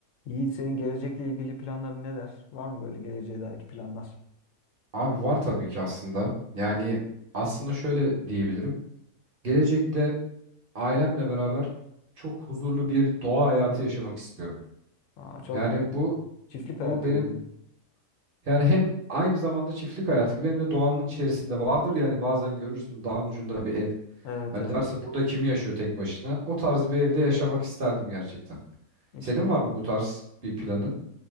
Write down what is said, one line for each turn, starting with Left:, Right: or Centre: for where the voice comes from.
Left: Yiğit senin gelecekle ilgili planların neler? Var mı böyle geleceğe dair planlar?
Right: Abi var tabii ki aslında. Yani aslında şöyle diyebilirim. Gelecekte ailemle beraber çok huzurlu bir doğa hayatı yaşamak istiyorum.
Left: Aa, çok
Right: Yani
Left: güzel.
Right: bu
Left: Çiftlik
Right: bu
Left: hayatı
Right: benim
Left: gibi mi?
Right: yani hem aynı zamanda çiftlik hayatı gibi hem de doğanın içerisinde vardır. Yani bazen görürsün dağın ucunda bir ev.
Left: Evet
Right: Hani
Left: evet.
Right: derse burada kim yaşıyor tek başına? O tarz bir evde yaşamak isterdim gerçekten.
Left: İşte
Right: Senin var mı bu tarz bir planın?